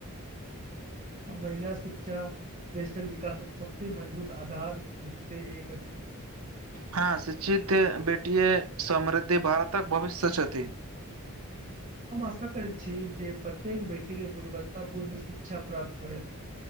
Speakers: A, on the right; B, on the right.
A: महिला शिक्षा देशक विकासक सबसे मजबूत आधार से एक अछि
B: हँ शिक्षित बेटीए समृद्धि भारतक भवष्यत छथि
A: हम आशा करै छी जे प्रत्येक बेटीके गुणवत्ताापूर्ण शिक्षा प्राप्त होए